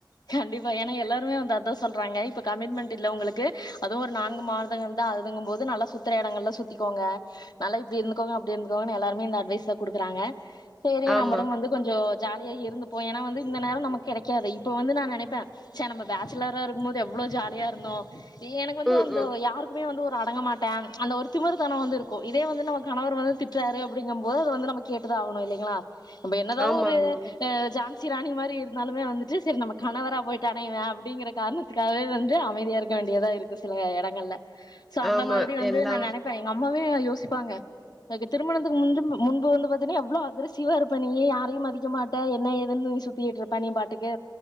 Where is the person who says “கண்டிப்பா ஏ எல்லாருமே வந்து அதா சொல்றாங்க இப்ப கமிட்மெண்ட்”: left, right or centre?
Left